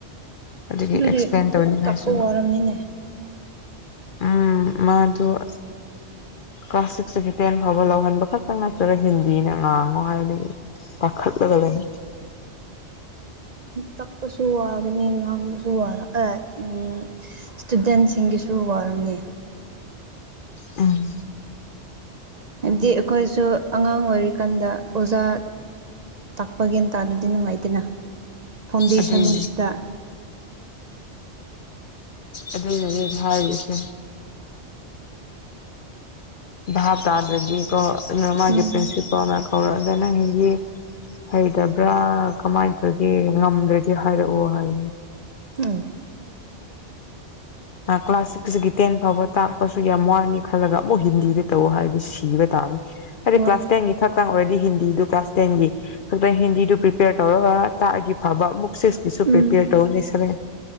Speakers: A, on the left; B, on the right.
A: ꯑꯗꯨꯒꯤ
B: ꯑꯗꯨꯗꯤ
A: ꯑꯦꯛꯁꯄ꯭ꯂꯦꯟ ꯇꯧꯅꯤꯡꯉꯥꯏꯁꯨ
B: ꯇꯥꯛꯄ ꯋꯥꯔꯝꯅꯤꯅꯦ
A: ꯎꯝ ꯃꯥꯗꯨ ꯀ꯭ꯂꯥꯁ ꯁꯤꯛꯁꯇꯒꯤ ꯇꯦꯟ ꯐꯥꯎꯕ ꯂꯧꯍꯟꯕ ꯈꯛꯇ ꯅꯠꯇ꯭ꯔꯒ ꯍꯤꯟꯗꯤꯅ ꯉꯥꯡꯉꯣ ꯍꯥꯏꯗꯤ ꯄꯈꯠꯂꯒ ꯂꯩ
B: ꯇ ꯀꯁꯨꯋꯥꯒꯅꯤ ꯉ ꯀꯁꯨꯗ ꯎꯝ ꯏꯁꯇꯨꯗꯦꯟꯁꯤꯡꯒꯤꯁꯨ ꯋꯥꯔꯝꯅꯤ
A: ꯑꯝ
B: ꯍꯥꯏꯕꯗꯤ ꯑꯩꯈꯣꯏꯁꯨ ꯑꯉꯥꯡ ꯑꯣꯏꯔꯤꯀꯥꯟꯗ ꯑꯣꯖꯥ ꯇꯥꯛꯄ ꯒꯦꯟꯇꯥꯥꯗꯨꯗꯤ ꯅꯨꯡꯉꯥꯏꯇꯦꯅ ꯐꯥꯎꯟꯗꯦꯁꯟꯗ
A: ꯑꯗꯨꯅꯤ ꯑꯗꯨ ꯑꯗꯨꯦ ꯍꯥꯏꯥꯏꯁꯦ ꯚꯥꯞ ꯇꯥꯗ꯭ꯔꯗꯤ ꯀ ꯑꯗꯨ ꯃꯥꯒꯤ
B: ꯎꯝ
A: ꯄ꯭ꯔꯤꯟꯁꯤꯄꯥꯜ ꯑꯃ ꯀꯧꯔꯛꯑꯒꯅ ꯍꯤꯟꯗꯤ ꯍꯩꯇꯕ꯭ꯔꯥ ꯀꯃꯥꯏꯅ ꯇꯧꯒꯦ ꯉꯝꯗ꯭ꯔꯗꯤ ꯍꯥꯏꯔꯛꯑꯣ ꯍꯥꯏꯅꯦ
B: ꯎꯝ
A: ꯀ꯭ꯂꯥꯁ ꯁꯤꯛꯁꯤꯒꯤ ꯇꯦꯟ ꯐꯥꯎꯕ ꯇꯥꯛꯄꯁꯨ ꯌꯥꯝ ꯋꯥꯅꯤ ꯈꯜꯂꯒ ꯑꯃꯨꯛ ꯍꯤꯟꯗꯤꯗ ꯇꯧ ꯍꯥꯏꯔꯗꯤ ꯁꯤꯕ ꯇꯥꯕꯅꯤ ꯍꯥꯏꯗꯤ
B: ꯍꯣꯏ
A: ꯀ꯭ꯂꯥꯁ ꯇꯦꯟꯒꯤ ꯈꯛꯇꯪ ꯑꯣꯏꯔꯗꯤ ꯍꯤꯟꯗꯤꯗꯨ ꯀ꯭ꯂꯥꯁ ꯇꯦꯟꯒꯤ ꯍꯛꯇ ꯍꯤꯟꯗꯤꯗꯨ ꯄ꯭ꯔꯤꯄꯦꯌꯔ ꯇꯧꯔꯒ ꯇꯥꯛꯑꯒꯤ ꯐꯕ ꯕꯨꯛ ꯁꯤꯁꯇꯁꯨ
B: ꯎꯝ
A: ꯄ꯭ꯔꯤꯄꯦꯌꯔ ꯇꯧꯔꯅꯤ ꯁꯔꯦꯟ